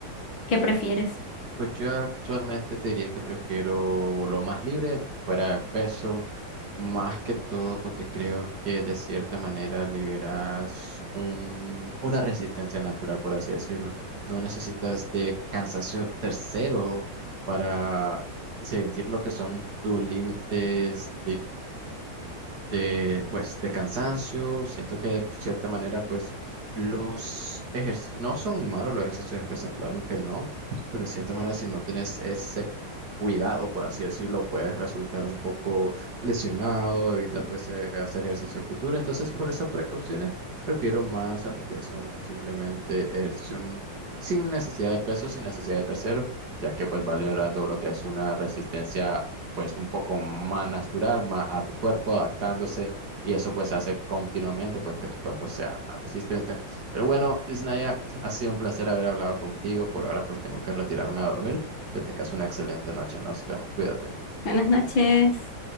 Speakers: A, on the left; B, on the right.
A: ¿qué prefieres?
B: Pues yo actualmente te diría que prefiero lo más libre, fuera de peso, más que todo porque creo que de cierta manera liberas un- una resistencia natural, por así decirlo. No necesitas de cansancio tercero para sentir lo que son tus límites de, pues, de cansancio. Siento que de cierta manera, pues, los ejercicios, no son malos los ejercicios de pesas, claro que no, pero de cierta manera, si no tienes ese cuidado, por así decirlo, puedes resultar un poco lesionado, evitar, pues, eh, hacer ejercicio en futuro. Entonces, por esas precauciones, prefiero más a lo que son simplemente ejercicios sin necesidad de peso, sin necesidad de terceros, ya que pues va liberando lo que es una resistencia pues un poco más natural, más a tu cuerpo, adaptándose y eso pues hace continuamente pues que tu cuerpo sea más resistente. Pero bueno, Isnaya, ha sido un placer haber hablado contigo. Por ahora pues tengo que retirarme a dormir. Que tengas una excelente noche. Nos vemos. Cuídate.
A: Buenas noches.